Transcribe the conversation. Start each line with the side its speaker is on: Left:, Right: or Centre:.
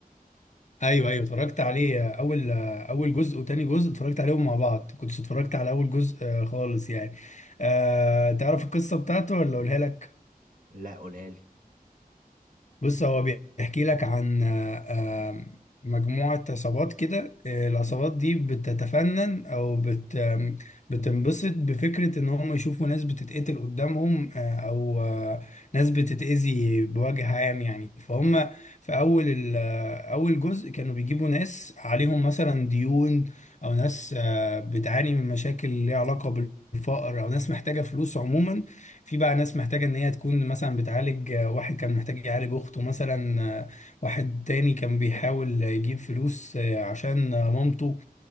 Left: ايوه ايوه اتفرجت عليه آه، اول آه، اول جزء وتاني جزء اتفرجت عليهم مع بعض كنت اتفرجت على اول جزء آه، خالص يعني أه تعرف القصة بتاعته ولا اقولها لك
Right: لا قولها لي
Left: بص هو بيحكي لك عن آه، آه، مجموعة عصابات كده آه، العصابات دي بتتفنن أو بت آم، بتنبسط بفكرة إن هم يشوفوا ناس بتتقتل قدامهم آه، أو آه، ناس بتتأذي بوجه عام يعني فهم في أول ال- آه، أول جزء كانوا بيجيبوا ناس عليهم مثلا ديون أو ناس آه، بتعاني من مشاكل ليها علاقة بالفقر أو ناس محتاجة فلوس عموما في بقى ناس محتاجة إن هي تكون مثلا بتعالج آه، واحد كان محتاج يعالج أخته مثلا آه، واحد تاني كان بيحاول يجيب فلوس آه، عشان مامته